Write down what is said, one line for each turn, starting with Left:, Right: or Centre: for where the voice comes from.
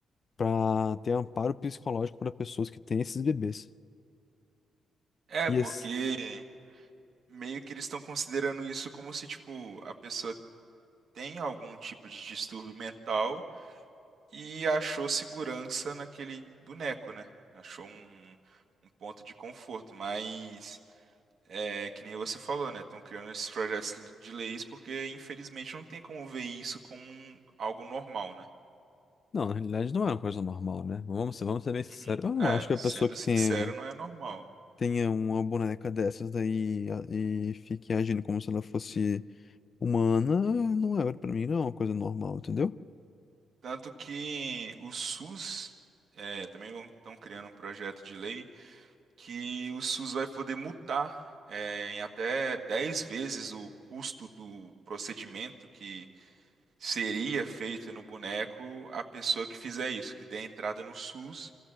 Left: para ter amparo psicológico para pessoas que têm esses bebês.
Right: É,
Left: E
Right: porque
Left: esse,
Right: meio que eles estão considerando isso como se, tipo, a pessoa tem algum tipo de distúrbio mental e achou segurança naquele boneco, né? Achou um, um ponto de conforto, mas é que nem você falou, né? Estão criando esses projetos de leis porque, infelizmente, não tem como ver isso como um- algo normal, né?
Left: não, na realidade não é uma coisa normal, né? Vamos, ser- vamos ser bem sinceros.
Right: Uhum.
Left: Eu não
Right: É,
Left: acho que
Right: sendo
Left: a pessoa que
Right: sincero,
Left: tenha,
Right: não é normal.
Left: tenha uma boneca dessas daí a- e fique agindo como se ela fosse humana, não é para mim, não é uma coisa normal, entendeu?
Right: Tanto que o SUS é, também estão criando um projeto de lei que o SUS vai poder multar é, em até 10 vezes o custo do procedimento que seria feito no boneco a pessoa que fizer isso, que dê entrada no SUS,